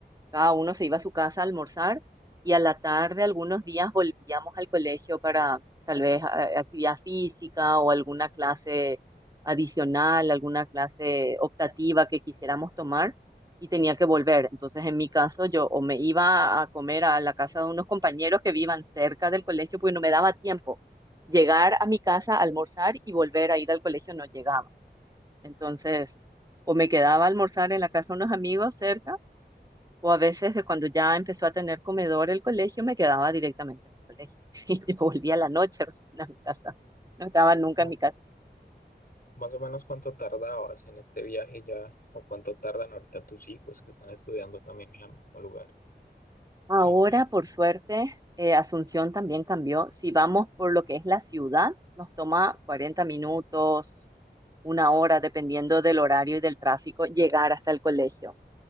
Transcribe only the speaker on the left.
Ok.
Más o menos cuánto tardabas en este viaje ya, o cuánto tardan ahorita tus hijos que están estudiando también en el mismo lugar.
El tiempo.